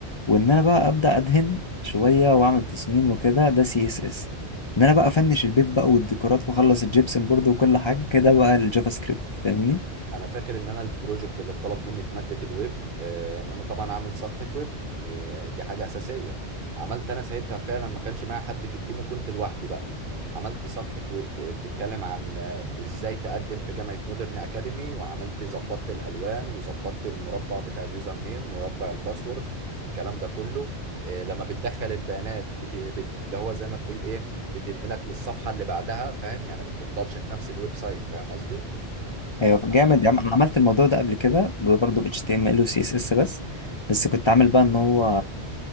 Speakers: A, on the left; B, on the right.
A: وان انا بقى ابدا ادهن شويه واعمل تصميم وكده ده CSS ان انا بقى افنش البيت بقى والديكورات واخلص الجبسن بورد وكل حاجه كده بقى الجافا سكريبت فاهمني
B: انا فاكر ان انا البروجكت اللي اتطلب مني في ماده الويب آه، ان انا طبعا اعمل صفحه ويب آه، دي حاجه اساسيه عملت انا ساعتها فعلا ما كانش معايا حد في التيم وكنت لوحدي بقى عملت صفحه ويب بتتكلم عن آه، ازاي تقدم في جامعه مودرن اكاديمي وعملت ظبطت الالوان وظبطت المربع بتاع اليوزر نيم مربع الباسورد الكلام ده كله آه، لما بتدخل البيانات بت... بت... اللي هو زي ما تقول ايه بتنقلك للصفحه اللي بعدها فاهم يعني ما بتفضلش في نفس الويب سايت فاهم قصدي
A: هي
B: ف...
A: جامد يا عم انا عملت الموضوع ده قبل كده برضه ب HTML و CSS بس بس كنت عامل بقى ان هو